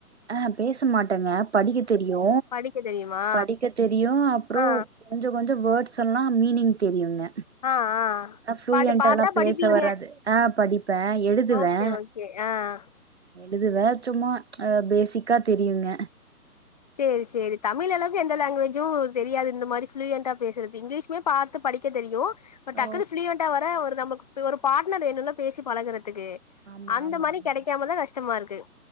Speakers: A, on the right (about 45°); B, on the left (about 25°).
A: அ ஹா பேச மாட்டேங்க படிக்க தெரியு
B: படிக்க தெரியுமா
A: படிக்க தெரியு அப்றோ
B: ஆ
A: கொஞ்ச கொஞ்ச வேர்ட்ஸ் எல்லா மீனிங் தெரியுங்க
B: ஆ ஆ
A: ஃபுளுயண்ட்டாலா
B: பாட்டு பாத்தா படிப்பீங்க
A: பேச வராது ஆ படிப்பே எழுதுவே
B: ஓகே ஆ
A: எழுதுவே சும்மா பேசிக்கா தெரியுங்க
B: சேரி சேரி தமிழ் அளவுக்கு எந்த லாங்வேஜூம் தெரியாது இந்த மாரி ஃபுளூயண்டா பேசுறது இங்கிலீஷ் க்குமே பாத்து படிக்க தெரியு இப்ப
A: ஓ
B: டக்குனு ஃபுளுயண்டா வர ஒரு நம்மக்கு ஒரு பாட்னர் வேணும்ல பேசி பழகறதுக்கு
A: ஆமா
B: அந்த
A: ஆமா
B: மாரி
A: ஆமாங்க
B: கெடைக்காமதா கஷ்டமா இருக்கு